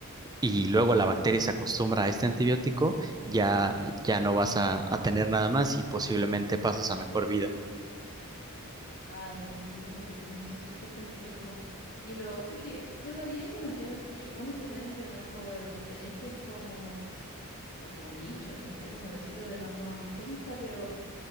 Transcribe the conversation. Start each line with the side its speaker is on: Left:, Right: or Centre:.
Right: y luego la bacteria se acostumbra a este antibiótico, ya, ya no vas a, a tener nada más y posiblemente pasas a mejor vida.
Left: Ay, entendí, entendí. Entonces es súper complejo. Y lo otro que todavía yo no entiendo, porque uno se puede enfermar por diferentes como, como bichos, no sé cómo decirlo de una forma más técnica, pero